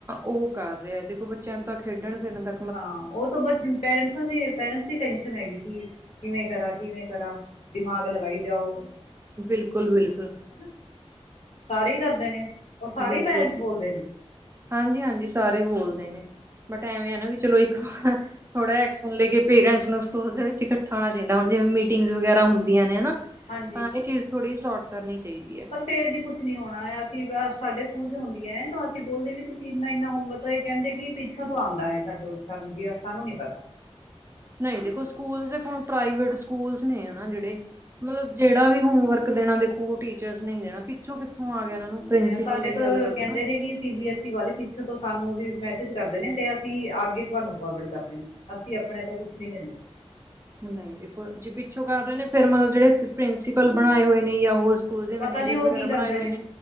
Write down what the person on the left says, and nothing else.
ਹਾਂ, ਓਹ ਬੱਚ ਪੈਰਂਟਸਾ ਦੇ ਪੈਰੈਂਟਸ ਦੀ ਟੈਨਸ਼ਨ ਹੈਗੀ ਕਿ ਕਿਵੇਂ ਕਰਾਂ ਕਿਵੇਂ ਕਰਾਂ। ਦਿਮਾਗ ਲਗਾਈ ਜਾਓ।
ਹੈਨਾ, ਸਾਰੇ ਹੀ ਕਰਦੇ ਨੇ ਓਹ ਸਾਰੇ
ਹੀ ਪੈਰੈਂਟਸ ਬੋਲਦੇ ਨੇ।
ਹਾਂਜੀ
ਫ਼ੇਰ ਵੀ ਕੁਛ ਨੀ ਹੋਣਾ ਅਸੀਂ ਅ ਸਾਡੇ ਸਕੂਲ ਚ ਹੁੰਦੀਐ ਤਾਂ ਅਸੀ ਬੋਲਦੇ ਵੀ ਤੁਸੀਂ ਇੰਨਾ ਇੰਨਾ ਹੋਮਵਰਕ। ਤਾ ਏ ਕੈੰਦੇ ਕਿ ਪਿੱਛੋਂ ਤੋਂ ਆੰਦਾ ਹੈ ਸਾਡੋ ਸਾਨੂੰ ਜਿਆ ਸਾਨੂੰ ਨੀ ਪਤਾ।
ਸਾਡੇ
ਤੋਂ
ਕੈੰਦੇ
ਨੇ ਕਿ ਸੀ ਬੀ ਐਸ ਈ ਵਾਲੇ ਪਿੱਛੋਂ ਤੋਂ ਸਾਨੂੰ ਵੀ ਮੈਸੇਜ ਕਰਦੇ ਨੇ ਤੇ ਅਸੀਂ ਆਗੇ ਤੁਹਾਨੂੰ ਫੋਰਵਰਡ ਕਰ ਦੇਨੇ ਆ। ਅਸੀਂ ਅਪਣੇ ਤੋਂ ਕੁਛ ਨੀ ਦਿੰਦੇ।
ਪਤਾ ਨੀ ਉਹ
ਕੀ
ਕਰਦੇ